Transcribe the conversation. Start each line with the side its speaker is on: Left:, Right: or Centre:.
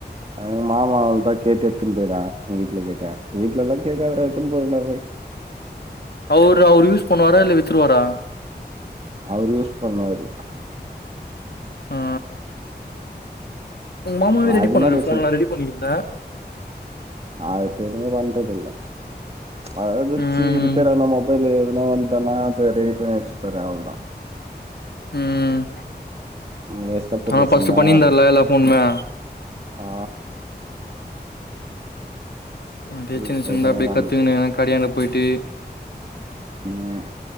Right: ஆ எங் மாமா அவ்வுள்தா கேட்டு எட்த்துன் பெய்டுவாங்க எங்த வீட்ல கேட்டு வீட்லல்லா கேக்காதடா எட்த்துன்னு போடா போய்
Left: அவுரு அவுரு யூஸ் பண்ணுவாரா இல்ல வித்ருவாரா
Right: அவரு யூஸ் பண்ணுவாரு
Left: ஆ உங்க மாமாவே
Right: நான்
Left: ரெடி
Right: அதுக்கு
Left: பண்ணுவாரு
Right: முன்னாடி வச்சிருந்தேன்.
Left: போன்லா ரெடி பண்ணிட்ருந்தே
Right: ஆ இப்ப எதுமே பண்றதில்ல அ எதாச்சு
Left: ம்
Right: ரிப்பேர்ரானா மொபைல் எதுனா வந்துதுனா அத ரெடி பண்ணி வச்சுப்பாரு அவ்வுள்தா
Left: ம்
Right: வேஸ்ட்டா போட்டு
Left: ஆமா
Right: வச்சிந்தா
Left: ஃபர்ஸ்ட் பண்ணியிருந்தாருல
Right: அது
Left: எல்லா போனுமே
Right: ஆ
Left: அப்டியே சின்ன
Right: இப்ப
Left: சின்னதா
Right: எதுவுமே
Left: அப்டியே
Right: பண்றது
Left: கத்துக்குனு
Right: கிடையாது
Left: கடயாண்ட பொய்ட்டு
Right: ம்